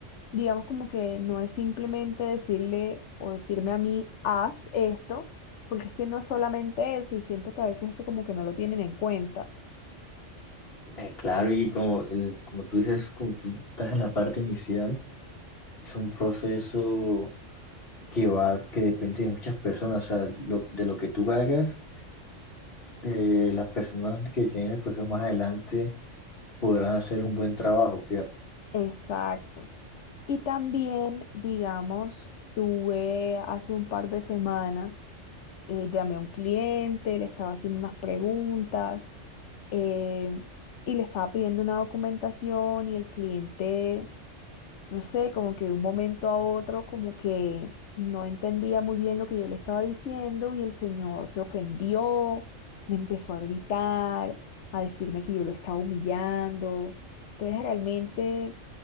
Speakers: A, on the left; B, on the left.
A: digamos como que no es simplemente decirle o decirme a mí, haz esto, porque es que no es solamente eso, y siento que a veces eso como que no lo tienen en cuenta.
B: Eh, claro, y como, el- como tú dices, como tú estás en la parte inicial, es un proceso que va, que depende de muchas personas, o sea, lo- de lo que tú hagas, eh, las personas que tienen el proceso más adelante podrán hacer un buen trabajo, ¿sí?
A: Exacto. Y también, digamos, tuve hace un par de semanas, eh, llamé a un cliente, le estaba haciendo unas preguntas, eh, y le estaba pidiendo una documentación y el cliente no sé, como que de un momento a otro, como que no entendía muy bien lo que yo le estaba diciendo y el señor se ofendió, me empezó a gritar, a decirme que yo lo estaba humillando. Entonces, realmente